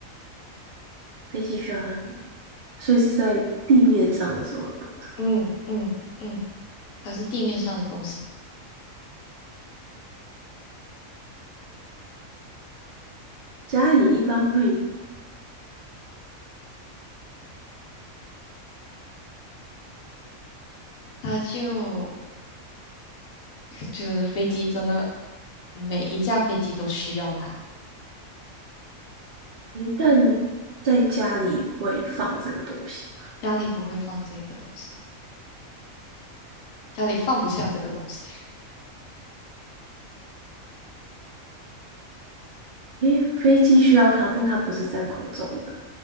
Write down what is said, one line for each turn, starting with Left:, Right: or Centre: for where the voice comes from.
Right: 飞机需要它来，所以是在地面上的时候会用到。
Left: 嗯嗯嗯，它是地面上的东西，
Right: 家里一般会，
Left: 它就就是飞机真的。每一架飞机都需要它。
Right: 一旦在家里会放这个东西吧。
Left: 家里不会放这个东西，家里放不下这个东西。<laughs>
Right: 因为飞机需要它，但它不是在空中的。